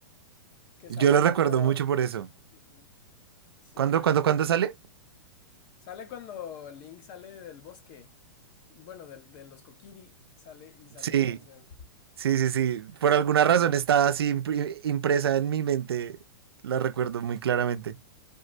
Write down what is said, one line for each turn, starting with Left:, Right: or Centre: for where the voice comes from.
Left: que
Right: Yo
Left: sale
Right: lo recuerdo
Left: cuando...
Right: mucho por eso.
Left: Ujú. Sí,
Right: ¿Cuándo,
Left: así
Right: cuándo,
Left: es.
Right: cuándo sale?
Left: Sale cuando Link sale del bosque. Bueno, del- de, los Kokiri sale y sale
Right: Sí,
Left: esa canción.
Right: sí, sí, sí. Por alguna razón
Left: Sí,
Right: está así impri- impresa en mi mente. La recuerdo muy claramente.